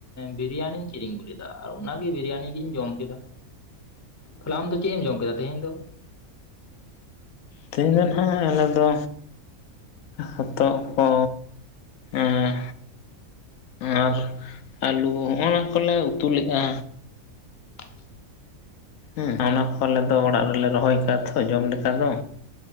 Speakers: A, on the left (about 15°); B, on the left (about 85°).
A: ᱵᱤᱨᱤᱭᱟᱱᱤᱧ ᱠᱤᱨᱤᱧ ᱞᱮᱫᱟ ᱟᱨ ᱚᱱᱟᱜᱮ ᱵᱤᱨᱤᱭᱟᱱᱤ ᱜᱤᱧ ᱡᱚᱢ ᱠᱮᱫᱟ
B: <inaudible>
A: ᱛᱟᱦᱚᱞᱮ ᱟᱢᱫᱚ ᱪᱮᱫ ᱮᱢ ᱡᱚᱢ ᱠᱮᱫᱟ ᱛᱮᱦᱮᱧ ᱫᱚ
B: ᱛᱮᱦᱮᱧ ᱫᱚ ᱱᱟᱦᱟᱸᱜ ᱟᱞᱮ ᱫᱚ ᱦᱚᱛᱚᱫ ᱠᱚ ᱟᱨ ᱟᱨ ᱟᱹᱞᱩ ᱦᱚᱸᱜ-ᱱᱟ ᱠᱚᱞᱮ ᱩᱛᱩ ᱞᱮᱫᱼᱟ
A: <inaudible>
B: ᱦᱮ ᱚᱱᱟ ᱠᱚ ᱟᱞᱮ ᱫᱚ ᱚᱲᱟᱜ ᱨᱮᱞᱮ ᱨᱚᱦᱚᱭ ᱠᱟᱫ ᱛᱚ ᱡᱚᱢ ᱞᱮᱠᱟ ᱫᱚ